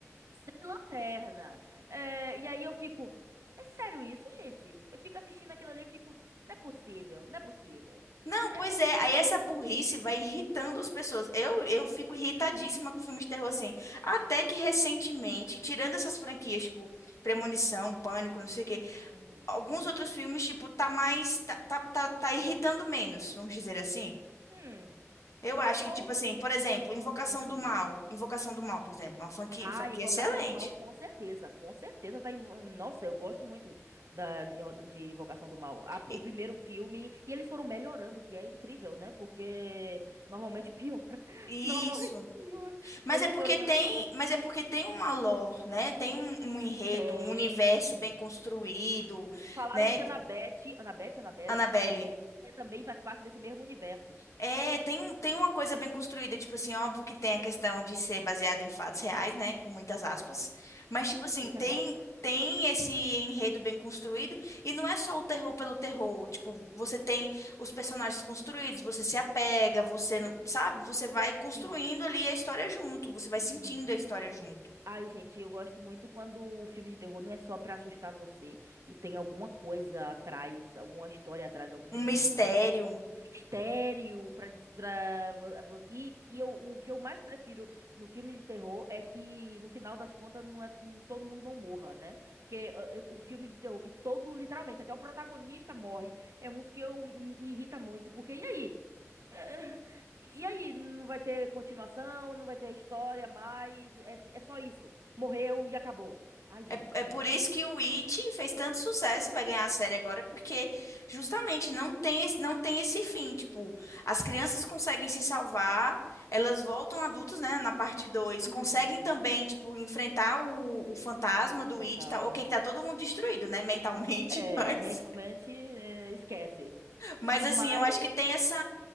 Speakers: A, on the right; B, on the left.
A: sem lanterna. É, e aí eu fico. É sério isso, gente? Eu fico assistindo aquilo ali, eu fico. Não é possível, não é possível.
B: Não,
A: É,
B: pois é, aí essa burrice vai irritando as pessoas. Eu, eu fico irritadíssima com filmes de terror assim. Até que recentemente, tirando essas franquias, tipo Premonição, Pânico, não sei o quê,
A: Uhum,
B: alguns
A: uhum.
B: outros filmes, tipo, tá mais. Tá, tá, tá, tá irritando menos, vamos dizer assim.
A: Hum,
B: Eu acho
A: qual
B: que, tipo assim, por exemplo,
A: uma
B: Invocação
A: franquia?
B: do Mal. Invocação do Mal, por exemplo, é uma franquia,
A: Ah,
B: franquia
A: Invocação
B: excelente.
A: do Mal, com certeza. Com certeza tá. invo- Nossa, eu gosto muito da, de, de Invocação do Mal. A-
B: I-
A: o primeiro filme. E eles foram melhorando, o que é incrível, né? Porque normalmente piora. <laughs>
B: Isso.
A: Normalmente piora.
B: Mas
A: E eles
B: é porque
A: foram melhorando.
B: tem, mas é porque tem uma lore, né? Tem um, um enredo,
A: Tem.
B: um universo bem construído,
A: Falaram
B: né?
A: que Annabeth, Annabeth, Annabelle,
B: Annabelle.
A: Annabelle eh, também faz parte desse mesmo universo.
B: É, tem, um- tem uma coisa bem construída, tipo assim, óbvio que tem a questão de ser baseado em fatos reais, né, com muitas aspas, mas tipo assim,
A: Muitas
B: tem
A: aspas.
B: tem esse enredo bem construído e não é só o terror pelo terror, tipo, você tem os personagens construídos, você se apega, você não, sabe, você vai construindo
A: Sim.
B: ali a história junto, você vai
A: Uhum.
B: sentindo a história junto.
A: Ai, gente, eu gosto muito quando o filme de terror não é só pra assustar você e tem alguma coisa atrás, alguma história atrás, algum,
B: Um mistério.
A: algum mistério pra, des- pra... vo- vo- E, e eu, o que eu mais prefiro no filme de terror é que no final das contas não é, não- todo mundo não morra, né? Porque eh, eh, o filme de terror que todo, literalmente, até o protagonista morre, é uns que eu me me irrita muito, porque e aí? É, e aí, não vai ter continuação, não vai ter história mais, é, é só isso. Morreu e acabou. Ai, gente.
B: É, é
A: hum,
B: por isso que o It fez tanto sucesso e vai ganhar a série agora, porque justamente não tem, esse- não tem esse fim. Tipo, as crianças conseguem se salvar, elas voltam adultos, né, na parte dois
A: Uhum.
B: conseguem também, tipo, enfrentar o, o fantasma
A: O fantasma.
B: do It, tá, ok, que tá todo mundo destruído, né, mentalmente,
A: É,
B: <laughs> mas...
A: mentalmente, é, esquece.
B: Mas,
A: Mas,
B: assim, eu acho que tem essa,